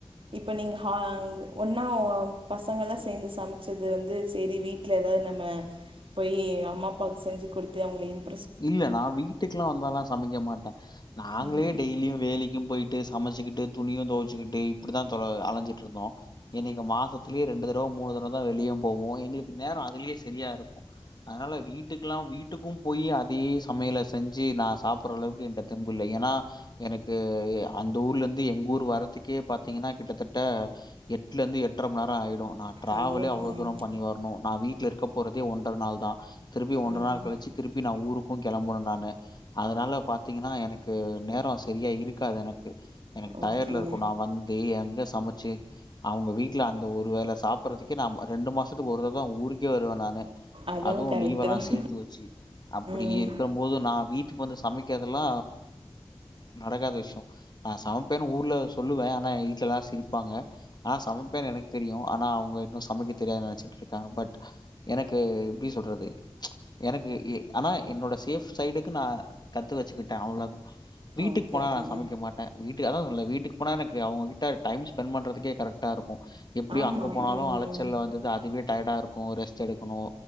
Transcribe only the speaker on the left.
இல்ல நா வீட்டுக்கெல்லா வந்தால்லா சமைக்க மாட்டே நாங்களே
டெய்லியு வேலைக்கி ம் போயிட்டு சமைச்சிக்கிட்டு துணியு தொவச்சிக்கிட்டு இப்பிடிதா தொ அலைஞ்சிட்ருந்தோ. இன்னக்கி மாசத்துலயே ரெண்டு தடவ மூணு தடவதா வெளியவு போவோ எங்களுக்கு நேரரோ அதுலயே சரியா இருக்கு. அதனால வீட்டுக்கெல்லா வீட்டுக்கும் போயி அ தே சமையல செஞ்சு நா சாப்பற அளவுக்கு என்ட்ட தெம்பு இல்ல. ஏன்னா எனக்கு அந்த ஊர்ல இருந்து எங்க ஊர் வர்றதுக்கே பாத்தீங்கன்னா கிட்டத்தட்ட எட்டுல இருந்து எட்டரை மணி நேரோ ஆயிடு. நா டிராவலே
அவ்ளோ
தூரம் பண்ணி வரணு நா வீட் ல இருக்கப் போறதே ஒன்ர நாள்தா திருப்பியு ஒன்ர
நாள் கழிச்சி திருப்பி நா ஊரு க்கு கெளம்பணு நானு. அதனால பாத்தீங்கன்னா எனக்கு நேரோ சரியா இருக்காது எனக்கு. எனக்கு
டடேட்ல இருக்கு நா வந்து எங்க சமைச் சு அவங்க வீட்ல அந்த ஒரு வேள சாப்பட்றதுக்கே நா ரெண்டு மா சத்துக்கு ஒரு தடவதா ஊருக்கே வருவே நானு
அதுவு
லீவெல்லா
சேத்து வச்சு அ க்கும்போது
நா வீட்டுக்கு வந்து சம மிக்ககெதும நடக்காத விஷ்யோ நா சமைப்பேன்னு ஊர்ல சொல்லுவே ஆனா வீட்லெல்லா சிரிப்பாங்க நா சமைப்பேன் எனக்கு தெரியு ஆனா அவுங்க இன்னு சொ சமைக்க தெரியாது நெனச்சுட்டு இருக்காங்க பட் எனக்கு எப்பிடி சொல்றது எனக்கு ஆனா என்னோட சேஃப் சைடுக்கு நா கத்து வச்சுக்கிட்டே அவ்ளோ வீட்டுக்கு
போனா
நா சமைக்கமாட்டே வீட் க் அதா சொல்ல வீட்டுக்கு போனா எனக்கு அவுங்ககிட்ட டைம் ஸ்பெண்ட் பண்றதுக்கே கரெக்டா இருக்கு எப்பிடியு
அங்க போனாலு
அலைச்சல் வந்தது அதுவே டயர்டா இருக்கு ரெஸ்ட் எடுக்கணு